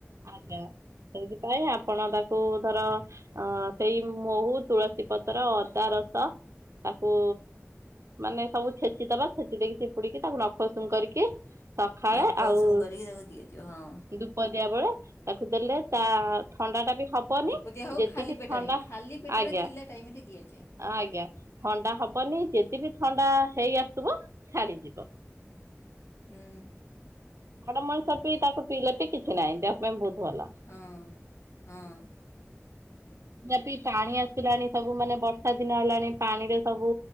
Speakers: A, on the right; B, on the left.
A: ଆଜ୍ଞା ସେଇଥିପାଇଁ ଆପଣ ତାକୁ ଧର ଅ ସେଇ ମହୁ ତୁଳସୀ ପତ୍ର, ଅଦା ରସ ତାକୁ ମାନେ ସବୁ ଛେଚିଦବା ଛେଚି ଦେଇକି ଚିପୁଡିକି ତାକୁ ନଖ ଉଷୁମ କରିକି ସଖାଳେ
B: ନଖ
A: ଆଉ।
B: ଉଷୁମ କରିକି <inaudible>
A: ଧୂପ ଦିଆ ବେଳେ ତାକୁ ଦେଲେ ତା ଥଣ୍ଡା ଟା ବି ହବନି
B: ଧୂପ ଦିଆ ହଉ
A: ଯେତିକି
B: ଖାଲି ପେଟରେ
A: ଥଣ୍ଡା
B: ଖାଲି ପେଟରେ
A: ଆଜ୍ଞା।
B: ଥିଲା ଟାଇମରେ ଦିଆଯାଏ।
A: ଆଜ୍ଞା ଥଣ୍ଡା ହବନି ଯେତିକି ଥଣ୍ଡା ହେଇ ଆସୁଥିବ ଛାଡିଯିବ।
B: ହୁଁ।
A: ବଡ ମଣିଷ ବି ତାକୁ ପିଇଲେ ବି କିଛି ନାହିଁ ଦେହ ପାଇଁ ବହୁତ୍ ଭଲ।
B: ହଁ ହଁ ଠିକ୍
A: ପି
B: ହେଲା।
A: ପାଣି ଆସିଲାଣି ସବୁ ମାନେ ବର୍ଷା ଦିନ ହେଲାଣି। ପାଣିରେ ସବୁ